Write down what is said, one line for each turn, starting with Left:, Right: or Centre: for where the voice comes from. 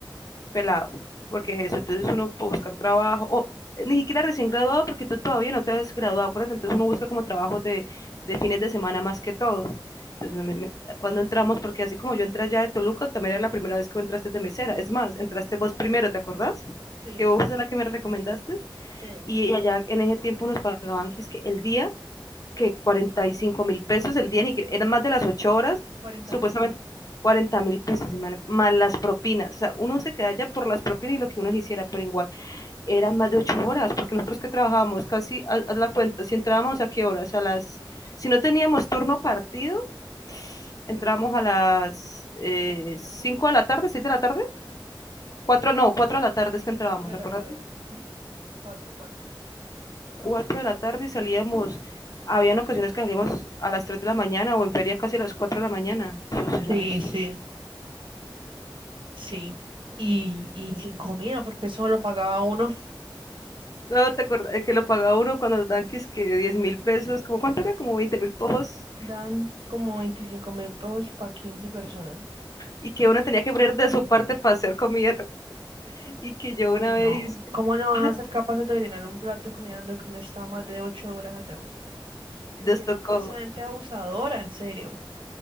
Left: pelado, porque es eso, entonces uno puede buscar trabajo, o ni siquiera recién graduado, porque tú todavía no te has graduado, acuérdate, entonces uno busca como trabajos de, de fines de semana más que todo. Entonces, cuando entramos, porque así como yo entré allá de Toluca, también era la primera vez que entraste de mesera. Es más, entraste vos primero, ¿te acordás?
Right: Sí,
Left: Que vos es la que me recomendaste.
Right: sí,
Left: Y allá en ese tiempo nos pagaban que el día que cuarenta y cinco mil pesos el día, eran más de las 8 horas,
Right: cuarenta
Left: supuestamente
Right: mil,
Left: cuarenta mil pesos, más las propinas. O sea, uno se queda ya por las propinas y lo que uno quisiera, pero igual eran más de 8 horas, porque nosotros que trabajábamos casi, haz, la cuenta, si entrábamos a qué horas, a las, si no teníamos turno partido, entrábamos a las eh, 5 de la tarde, 6 de la tarde, 4 no, 4 de la tarde es que entrábamos,
Right: 4 de
Left: acuérdate.
Right: la tarde, ujú, 4 4.
Left: cuatro de la tarde y salíamos. Habían ocasiones que salíamos a las 3 de la mañana o en feria casi a las 4 de la mañana. Eso será
Right: Sí,
Left: eso.
Right: sí, sí. Y, y sin comida, porque eso lo pagaba uno. <laughs>
Left: No, ¿te acuerdas? que lo pagaba uno cuando los tanques que diez mil pesos, como cuánto era, como veinte mil pojos
Right: Dan como veinticinco mil pesos para 15 personas.
Left: y que uno tenía que poner de su parte para hacer comida y que yo
Right: Uy,
Left: una
Right: no.
Left: vez
Right: ¿Cómo no
Left: ah,
Right: van a ser capaces de llenar un plato de comida dando que uno está más de 8 horas allá, marica? y
Left: nos
Right: Literalmente,
Left: tocó.
Right: Esa gente es abusadora, en serio.